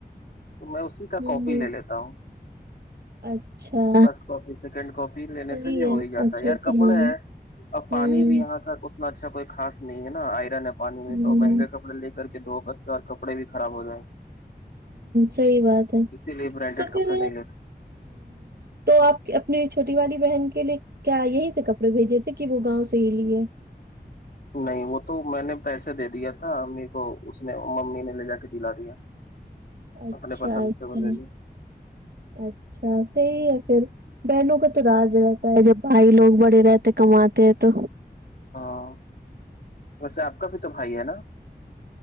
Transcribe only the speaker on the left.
تو میں اسی کا
کاپی لے لیتا ہوں
فرسٹ کاپی سیکنڈ کاپی لینے
سے بھی ہو ہی جاتا
ہے یار
کپڑے
ہیں اب پانی
بھی یہاں کا اتنا اچھا کوئی خاص نہیں ہے نا آئرن ہے پانی میں
تو مہنگے کپڑے لے کے کر کے دھو کر کے اور کپڑے بھی خراب ہو جائیں
اسی لیے برانڈیڈ
کپڑے
نہیں لیتے
نہیں وہ تو میں نے پیسے دے دیا تھا امی کو اس نے ممی نے لے جا کے دلا دیا
اپنے پسند
سے وہ لے لیے
ہاں ویسے آپ کا بھی تو بھائی ہے نا